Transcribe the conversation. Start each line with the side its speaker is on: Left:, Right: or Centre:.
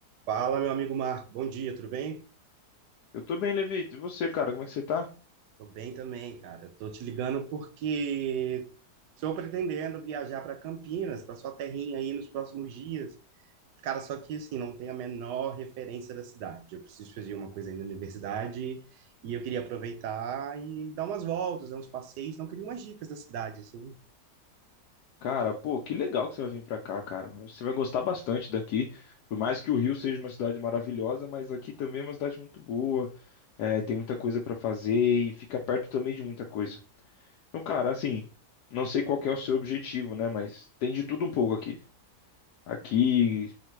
Right: Fala, meu amigo Marco. Bom dia, tudo bem?
Left: Eu tô bem, Levito. E você, cara, como é que você tá?
Right: Tô bem também, cara. Tô te ligando porque estou pretendendo viajar para Campinas, para sua terrinha aí nos próximos dias. Cara, só que assim, não tenho a menor referência da cidade. Eu preciso fazer uma coisa aí na universidade e eu queria aproveitar e dar umas voltas, dar uns passeios, não queria umas dicas da cidade, assim.
Left: Cara, pô, que legal que você vai vir pra cá, cara. Você vai gostar bastante daqui. Por mais que o Rio seja uma cidade maravilhosa, mas aqui também é uma cidade muito boa. É, tem muita coisa pra fazer e fica perto também de muita coisa. Então, cara, assim, não sei qual que é o seu objetivo, né? Mas tem de tudo um pouco aqui. Aqui,